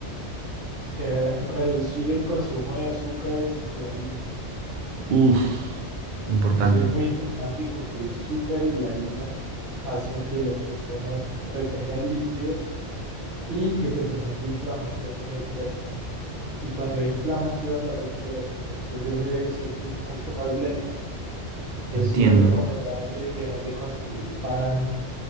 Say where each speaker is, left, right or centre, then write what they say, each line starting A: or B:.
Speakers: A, on the right; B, on the right.
A: Eh, reducir el consumo de azúcares y harina.
B: Uf, importante.
A: Eso es muy importante porque el azúcar y la harina hacen que las personas retengan líquidos y que se presente inflamación en el cuerpo. Y cuando hay inflamación, la recuperación después de hacer ejercicio es mucho más lenta. Entonces
B: Entiendo.
A: sí es recomendable dejar de consumir pan,